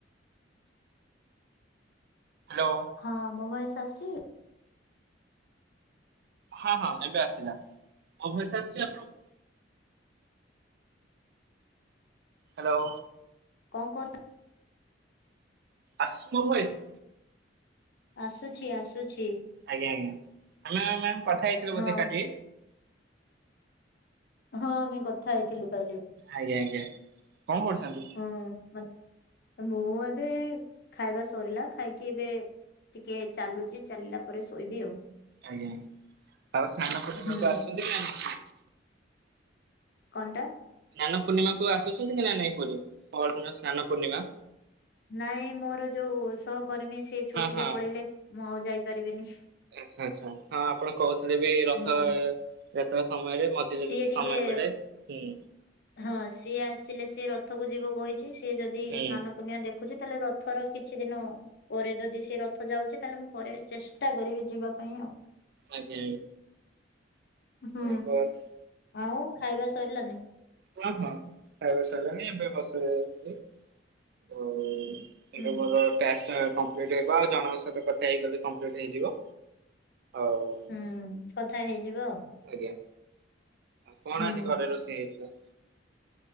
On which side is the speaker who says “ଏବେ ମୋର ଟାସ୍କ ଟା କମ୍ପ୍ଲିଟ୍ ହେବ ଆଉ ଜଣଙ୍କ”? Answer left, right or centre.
Right